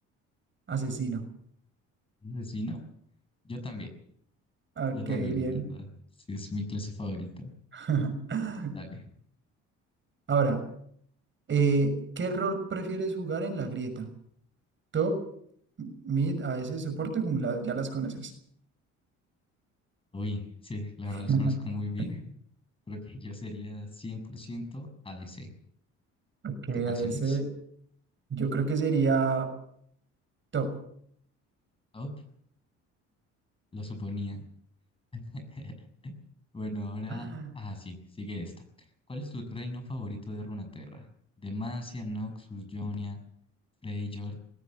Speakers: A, on the right; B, on the left.
A: asesino.
B: ¿Un ¿Asesino? Yo también.
A: Ok,
B: Yo también,
A: bien.
B: la verdad. Sí, es mi clase favorita.
A: <laughs>
B: Dale.
A: Ahora, eh, ¿qué rol prefieres jugar en la grieta? Top, mid, a AS, soporte, jungla, ya las conoces.
B: Uy, sí, la
A: <laughs>
B: verdad los conozco muy bien. <laughs> Creo que yo sería 100% ADC.
A: Ok,
B: ¿Tú cuál
A: AS,
B: serías?
A: yo creo que sería top.
B: Top, lo suponía. <laughs> Bueno, ahora.
A: Ah,
B: Ah, sí, sigue esta. ¿Cuál es tu reino favorito de Runaterra? Demacia, Noxus, Jonia, Freyjord,